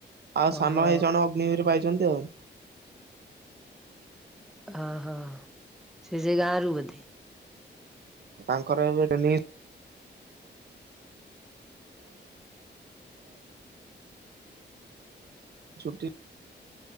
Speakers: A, on the right (about 60°); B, in the centre.
A: ଆଉ
B: ଓହୋ।
A: ସାନ ଭାଇ ଜଣେ ଅଗ୍ନି ବି ପାଇଛନ୍ତି ଆଉ।
B: ହ ହଁ ସେ ଜାଗା ସରୁ ବଧି
A: ତାଙ୍କର ଏବେ ହେଲା <unintelligible> ଛୁଟି